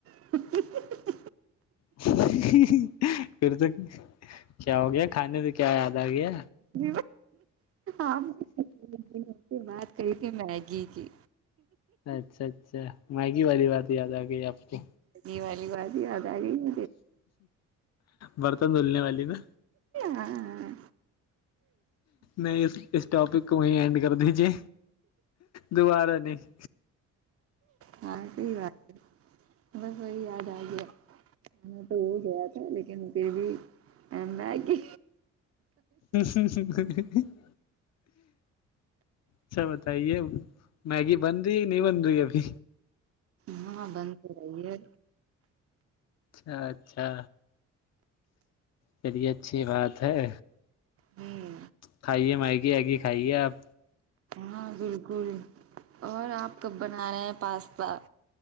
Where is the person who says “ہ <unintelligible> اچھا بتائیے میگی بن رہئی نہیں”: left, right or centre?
Left